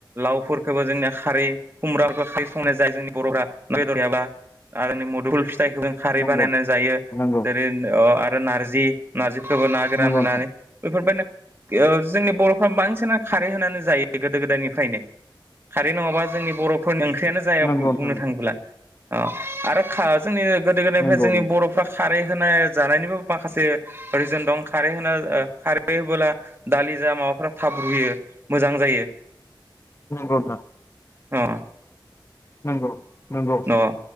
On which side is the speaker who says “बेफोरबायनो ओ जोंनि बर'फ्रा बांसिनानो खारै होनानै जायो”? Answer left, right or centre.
Right